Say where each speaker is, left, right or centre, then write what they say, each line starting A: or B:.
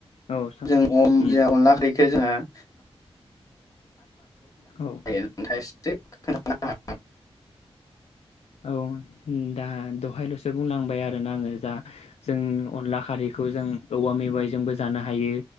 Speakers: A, on the left; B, on the left.
A: औ सोंलाय
B: <unintelligible>
A: उम
B: अनला खारै
A: औ
B: <unintelligible> <unintelligible> <unintelligible>
A: औ दा दहायल'सो बुंलांबाय आरोना आङो जा जों अनला खारैखौ जों औवा मेवाइजोंबो जानो हायो